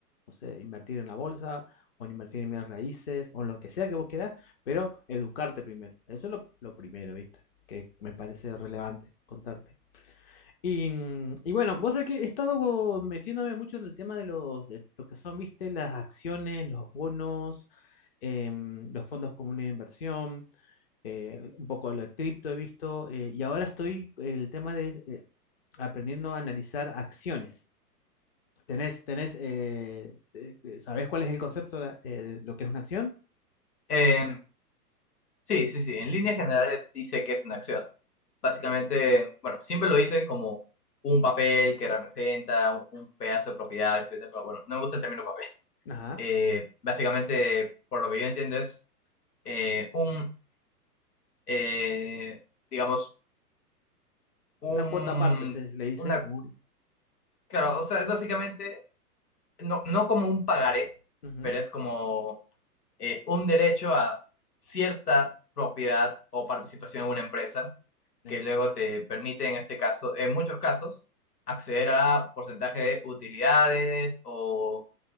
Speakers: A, on the left; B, on the left.
A: no sé, invertir en la bolsa o en invertir en bienes raíces o en lo que sea que vos quieras, pero educarte primero. Eso es lo, lo primero, ¿viste? Que me parece relevante contarte. Y, mm, y bueno, vos sabés que he estado metiéndome mucho en el tema de, los, de lo que son, ¿viste? Las acciones, los bonos. em, los fondos comunes de inversión, eh, un poco lo de cripto he visto, eh, y ahora estoy el tema de eh, aprendiendo a analizar acciones. Tenés, tenés, eh, eh, eh, ¿sabés cuál es el concepto de, de- de lo que es una acción?
B: Eh, sí, sí, sí, en líneas generales sí sé que es una acción Básicamente, bueno, siempre lo dicen como un papel que representa un, un pedazo de propiedad, etcétera, pero bueno, no me gusta el término papel. <laughs>
A: Ajá.
B: Eh, básicamente, por lo que yo entiendo, es eh, un, eh, digamos, un,
A: Una cuota aparte, se le dice.
B: una,
A: un-
B: claro, o sea, es básicamente, no, no como un pagaré,
A: ujú.
B: pero es como eh, un derecho a cierta propiedad o participación en una empresa
A: ex-
B: que luego te permite, en este caso, en muchos casos, acceder a porcentaje de utilidades o,